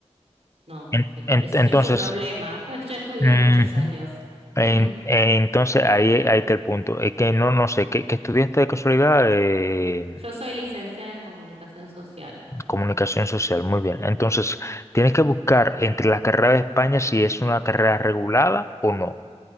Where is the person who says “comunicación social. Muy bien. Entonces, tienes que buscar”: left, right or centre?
Left